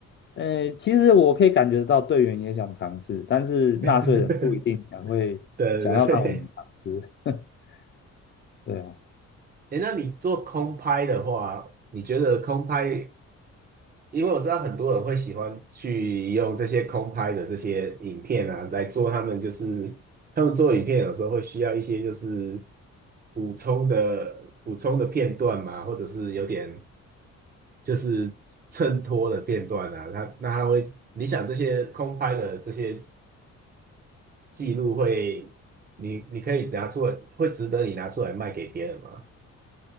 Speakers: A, on the left (about 40°); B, on the right (about 30°).
A: 呃，其实我可以感觉到队员也想尝试，但是纳税人不一定想会想要让我们尝试。
B: <laughs> 对对对。
A: <laughs> 对啊。
B: 哎，那你做空拍的话，你觉得空拍，因为我知道很多人会喜欢去用这些空拍的这些影片啊，来做他们就是他们做影片有时候会需要一些就是补充的补充的片段嘛，或者是有点就是衬托的片段啊，他那他会，你想这些空拍的这些记录会，你你可以拿出来，会值得你拿出来卖给别人吗？